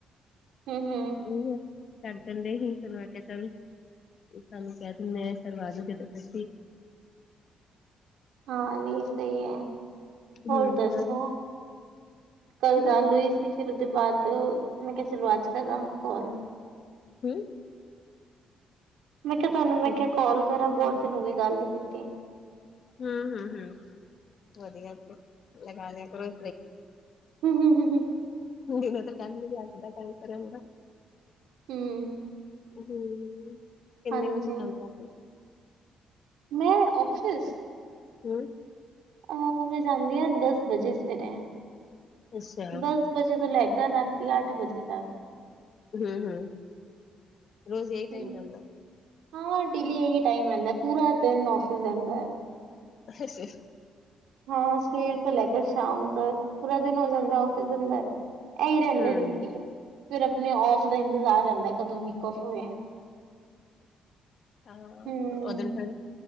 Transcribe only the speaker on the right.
ਹਮ ਹਮ
ਹਾਂ ਨਹੀਂ ਸਹੀ ਹੈ, ਹੋਰ
ਦੱਸੋ ਕੱਲ
ਗੱਲ ਹੋਈ ਫੇਰ ਉਹਦੇ ਬਾਅਦ, ਮੈਂ ਕਿਹਾ ਚਲੋ ਅਜ ਕਰਾਂ ਕੌਲ
ਮੈਂ ਕਿਹਾ ਤੁਹਾਨੂੰ ਮੈਂ ਕਿਹਾ
ਕਾਲ ਕਰਾਂ ਬਹੁਤ ਦਿਨ ਹੋ ਗਈ ਗੱਲ ਨੀ ਕੀਤੀ
ਹਮ ਹਮ ਹਮ ਹਮ
ਹਮ
ਹਾਂਜੀ।
ਮੈਂ ਔਫਿਸ
ਅਹ ਆਪਾ ਨਾ ਜਾਂਦੇ ਆਂ, ਦਸ ਵਜੇ ਸਵੇਰੇ,
ਦਸ ਵਜੇ ਤੋਂ ਲੈਕਰ ਰਾਤੀ ਅੱਠ ਵਜੇ ਤੱਕ।
ਹੂੰ
ਹਾਂ, ਡੇਲੀ ਇਹੀ ਟਾਈਮ ਰਹਿੰਦਾ। ਪੂਰਾ ਦਿਨ ਔਫਿਸ ਰਹਿੰਦਾ ਏ।
ਹਾਂ, ਸਵੇਰ ਤੋਂ ਲੈਕੇਰ ਸ਼ਾਮ ਤਕ। ਪੂਰਾ ਦਿਨ ਹੋ ਜਾਂਦਾ ਔਫਿਸ ਦੇ ਅੰਦਰ। ਐਹੀ
ਰਹਿੰਦੇ ਰੁਟੀਨ, ਫਿਰ ਆਪਣੇ ਔਫ ਦਾ ਇੰਤਜ਼ਾਰ ਰਹਿੰਦਾ, ਕਦੋਂ ਵੀਕ ਔਫ ਹੋਇਆ।
ਹੂੰ